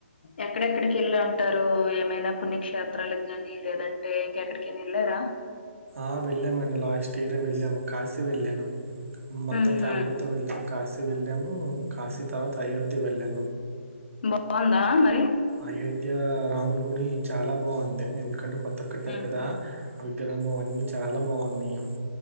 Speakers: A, on the left; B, on the right.
A: ఎక్కడెక్కడికి వెళ్ళి ఉంటారు ఏమైనా పుణ్యక్షేత్రాలకు గాని లేదం టే ఇంకక్కడికైన ఎళ్లార
B: ఆ వెళ్ళామండి లాస్ట్ ఇయరే వెళ్ళాము కాశీ వెళ్ళాను మొత్తం
A: హుహు.
B: ఫ్యామిలీతో వెళ్ళం కాశీ వెళ్ళాము కాశీ తర్వాత అయోద్ధ్య వెళ్ళా
A: బాగుందా మరి
B: అయోధ్య రామున్ గుని చాలా బాగుంది ఎందుకంటే కొత్త కట్టారు
A: హుహు.
B: కదా విగ్రహము అవన్నీ చాలా బావున్నాయి